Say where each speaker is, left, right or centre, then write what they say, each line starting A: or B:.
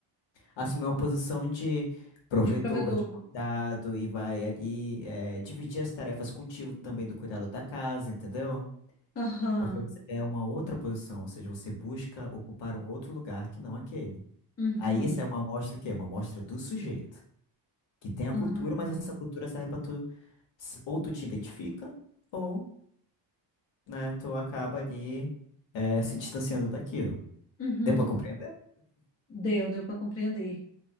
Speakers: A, on the left (about 70°); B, on the left (about 30°).
A: assumir uma posição de provedor,
B: De provedor.
A: de cuidado e vai ali eh, dividir as tarefas contigo também do cuidado da casa, entendeu?
B: Aham.
A: Porque você quer uma outra posição, ou seja, você busca ocupar um outro lugar que não aquele.
B: Uhum.
A: Aí, isso é uma amostra o quê? Uma amostra do sujeito que tem a
B: Ah.
A: cultura, mas essa cultura serve pra tu, s- ou tu te identifica, ou, né, tu acaba ali é, se distanciando daquilo.
B: Uhum.
A: Deu pra compreender?
B: Deu, deu para compreender.